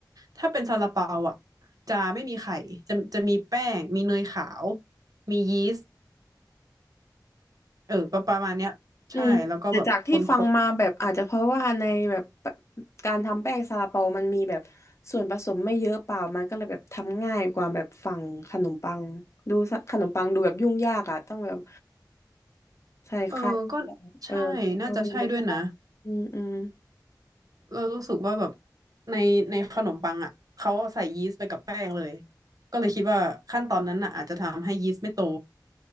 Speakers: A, on the right (about 55°); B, on the left (about 40°).
A: ถ้าเป็นซาลาเปาอ่ะจะไม่มีไข่จะจะมีแป้งมีเนยขาวมียีสต์เออประประมาณเนี้ยใช่แล้วก็แบบคน
B: อืมแต่จากที่ฟังมาแบบอาจจะเพราะว่าในแบบการทำแป้งซาลาเปามันมีแบบส่วนผสมไม่เยอะเปล่ามันก็เลยแบบทำง่ายกว่าแบบฝั่งขนมปังดูซะขนมปังดูแบบยุ่งยากอ่ะต้องแบบใส่ไข่
A: ๆเออก็
B: เออเทคโนโลยีใช่ปะอืมอืม
A: ใช่น่าจะใช่ด้วยนะเรารู้สึกว่าแบบในในขนมปังอ่ะเขาใส่ยีสต์ไปกับแป้งเลยก็เลยคิดว่าขั้นตอนนั้นน่ะอาจจะทำให้ยีสต์ไม่โต